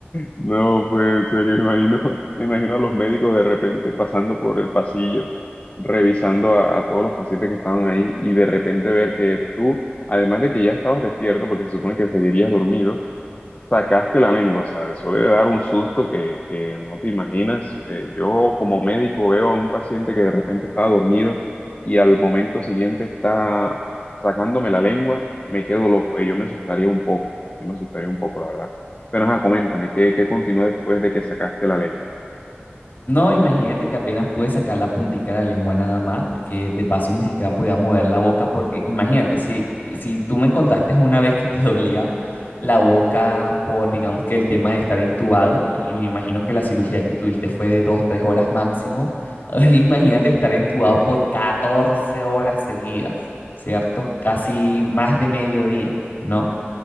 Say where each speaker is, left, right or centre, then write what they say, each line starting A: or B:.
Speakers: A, on the left; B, on the left.
A: No, pues en serio, me imagino, <laughs> me imagino a los médicos de repente pasando por el pasillo, revisando a, a todos los pacientes que estaban ahí y de repente ver que tú, además de que ya estabas despierto, porque se supone que seguirías dormido, sacaste la lengua, o sea, eso debe dar un susto que, que no te imaginas. Eh, yo como médico veo a un paciente que de repente estaba dormido y al momento siguiente está sacándome la lengua, me quedo loco. Eh, yo me asustaría un poco, yo me asustaría un poco, la verdad. Pero ajá, coméntame, ¿qué, qué continuó después de que sacaste la lengua?
B: No, imagínate que apenas pude sacar la puntica de la lengua nada más, porque de paso ni siquiera podía mover la boca, porque imagínate, si, si tú me contaste una vez que te <laughs> dolía la boca por, digamos que el tema de estar intubado, y, me imagino que la cirugía que tuviste fue de dos, tres horas máximo, <laughs> ahora imagínate estar intubado por 14 horas seguidas, ¿cierto? Casi más de mediodía, ¿no?